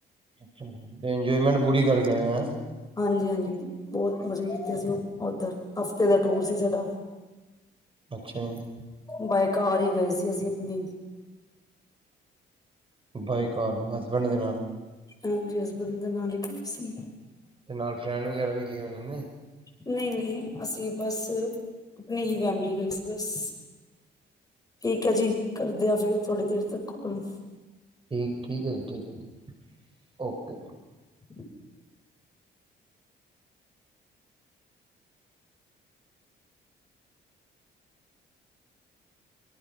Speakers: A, on the right; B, on the left.
A: ਅੱਛਾ ਜੀ ਤੇ ਇੰਜੋਏਮੈਂਟ ਪੂਰੀ ਕਰਕੇ ਆਏ ਹੈਂ।
B: ਹਾਂਜੀ-ਹਾਂਜੀ ਬਹੁਤ ਮਜ਼ੇ ਕੀਤੇ ਸੀ ਉਹ ਉੱਧਰ, ਹਫ਼ਤੇ ਦਾ ਟੂਰ ਸੀ ਸਾਡਾ।
A: ਅੱਛਾ ਜੀ।
B: ਬਾਈ ਕਾਰ ਹੀ ਗਏ ਸੀ ਅਸੀਂ ਆਪਣੀ।
A: ਬਾਈ ਕਾਰ ਹਸਬੈਂਡ ਦੇ ਨਾਲ।
B: ਹਾਂਜੀ ਹਸਬੈਂਡ ਦੇ ਨਾਲ ਇ ਗਏ ਸੀ।
A: ਤੇ ਨਾਲ ਫਰੈਂਡ ਵਗੈਰਾ ਵੀ ਗਏ ਹੋੁਨੇਨ ਕੇ ਨਈ।
B: ਨਹੀਂ-ਨਹੀਂ ਅਸੀਂ ਬਸ ਆਪਣੀ ਹੀ ਫੈਮਿਲੀ ਗਏ ਸੀ ਬਸ। ਠੀਕ ਹੈ ਜੀ ਕਰਦੇ ਆ ਫੇਰ ਥੋੜੀ ਦੇਰ ਤੱਕ ਕੋਲ।
A: ਠੀਕ ਹੈ ਜੀ, ਠੀਕ ਹੈ ਜੀ okay.
B: <inaudible>